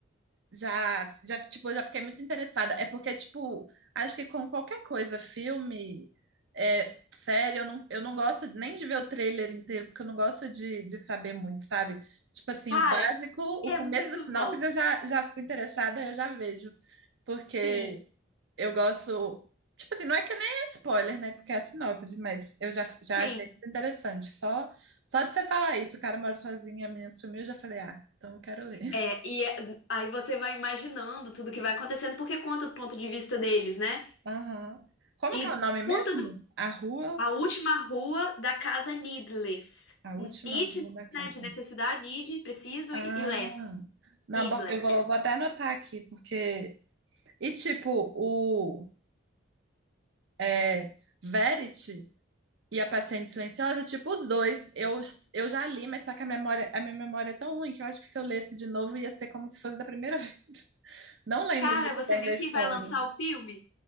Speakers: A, on the right; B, on the left.
A: Já, já, tipo, eu já fiquei muito interessada. É porque, tipo, acho que com qualquer coisa, filme, é, série, eu não, eu não gosto nem de ver o trailer inteiro, porque eu não gosto de, de saber muito, sabe? Tipo assim,
B: Cara,
A: o básico, o
B: é
A: começo
B: muito
A: da sinopse
B: bom.
A: eu já, já fico interessada, eu já vejo. Porque
B: Sim,
A: eu gosto. Tipo assim, não é que nem é spoiler, né? Porque é a sinopse, mas eu já, já
B: sim.
A: achei muito interessante. Só, só de você falar isso, o cara mora sozinho, a menina sumiu, eu já falei, ah, então eu quero ler.
B: É, e é- aí você vai imaginando tudo que vai acontecendo, porque conta do ponto de vista deles, né?
A: Aham. Como
B: E
A: que é o nome mesmo?
B: conta do,
A: A rua,
B: a última rua da casa Needless.
A: a última
B: Need,
A: rua da casa.
B: né? De necessidade, need, preciso
A: Ah,
B: e, e less.
A: não,
B: Needless,
A: bo- eu vou,
B: né?
A: vou até anotar aqui, porque. E tipo, o é, Verity e a Paciente Silenciosa, tipo, os dois, eu, eu já li, mas só que a memória, a minha memória é tão ruim que eu acho que se eu lesse de novo ia ser como se fosse da primeira <laughs> vez. Não lembro
B: Cara,
A: muito
B: você
A: bem
B: viu
A: da história.
B: que vai lançar o filme?